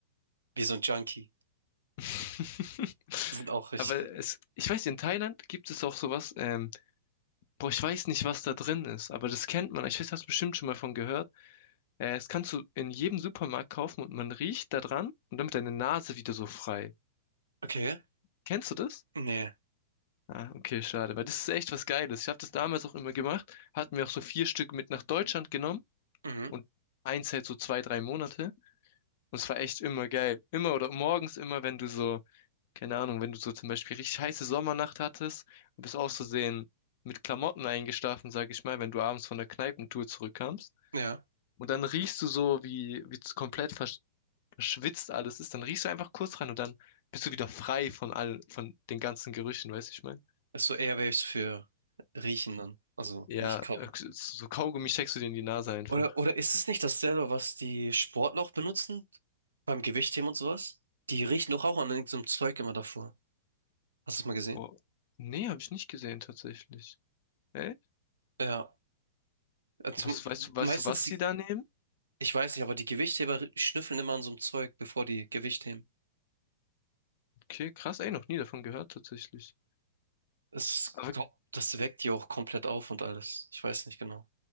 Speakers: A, on the right; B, on the left.
A: wie so ein Junkie.
B: <laughs>
A: Sind auch richtig
B: Aber
A: gut.
B: es, ich weiß, in Thailand gibt es auch sowas, ähm, boah, ich weiß nicht, was da drin ist, aber das kennt man. Ich weiß, hast du bestimmt schon mal von gehört. Äh, das kannst du in jedem Supermarkt kaufen und man riecht da dran und damit deine Nase wieder so frei.
A: Okay,
B: Kennst du das?
A: nee,
B: Ah, okay, schade, weil das ist echt was Geiles. Ich habe das damals auch immer gemacht, hatten wir auch so vier Stück mit nach Deutschland genommen
A: mhm,
B: und eins hält so zwei, drei Monate. Und es war echt immer geil. Immer oder morgens immer, wenn du so, keine Ahnung, wenn du so zum Beispiel richtig heiße Sommernacht hattest und bist auszusehen mit Klamotten eingeschlafen, sag ich mal, wenn du abends von der Kneipentour zurückkamst.
A: ja.
B: Und dann riechst du so, wie, wie es komplett versch verschwitzt alles ist. Dann riechst du einfach kurz rein und dann bist du wieder frei von all, von den ganzen Gerüchen, weißt du, ich meine?
A: Ist so Airwaves für Riechen dann. Also
B: Ja,
A: nicht kauen.
B: äh, so Kaugummi steckst du dir in die Nase einfach.
A: Oder, oder ist es nicht dasselbe, was die Sportler auch benutzen? Beim Gewichtheben und sowas? Die riechen doch auch an irgendeinem Zeug immer davor. Hast du es mal gesehen?
B: Boah. Nee, habe ich nicht gesehen tatsächlich. Echt?
A: Ja. Also,
B: Was weißt du, weißt
A: meistens,
B: du, was
A: die,
B: die da nehmen?
A: ich weiß nicht, aber die Gewichtheber schnüffeln immer an so einem Zeug, bevor die Gewicht heben.
B: Okay, krass, ey, noch nie davon gehört tatsächlich.
A: Es,
B: Aber
A: glaub, das weckt die auch komplett auf und alles. Ich weiß nicht genau.